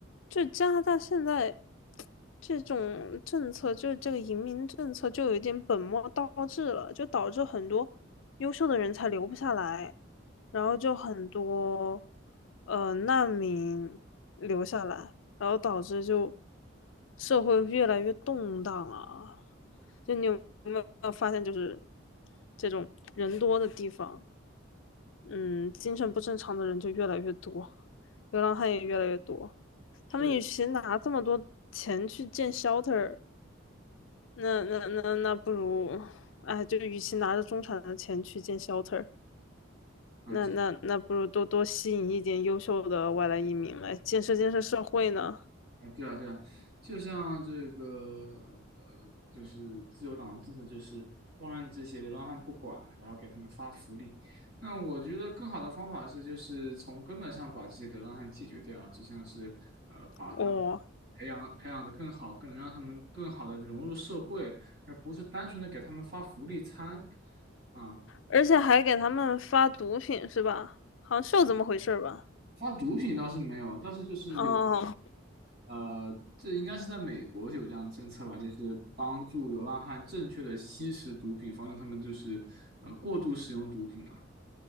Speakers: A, on the left; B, on the right.
A: 就加拿大现在这种政策，就是这个移民政策，就有点本末倒置了，就导致很多优秀的人才留不下来，然后就很多呃难民留下来，然后导致就社会越来越动荡啊。就你有没有发现，就是这种人多的地方，嗯，精神不正常的人就越来越多，流浪汉也越来越多。
B: 确
A: 他们与其拿这么多钱去建 shelter，那那那那不如，哎，就与其拿着中产的钱去建 shelter，
B: 啊。
A: 那那那不如多多吸引一点优秀的外来移民来建设建设社会呢。
B: 啊，对啊，对啊，就像这个，呃，就是自由党的政策就是放任这些流浪汉不管了，然后给他们发福利。那我觉得更好的方法是，就是从根本上把这些流浪汉解决掉，就像是呃，把他们
A: 哦，
B: 培养培养的更好，更能让他们更好的融入社会，而不是单纯的给他们发福利餐啊。
A: 而且还给他们发毒品是吧？好像是有这么回事儿吧？
B: 发毒品倒是没有，但是就是有，
A: 哦，
B: 呃，这应该是在美国有这样的政策吧，就是帮助流浪汉正确的吸食毒品，防止他们就是呃过度使用毒品啊，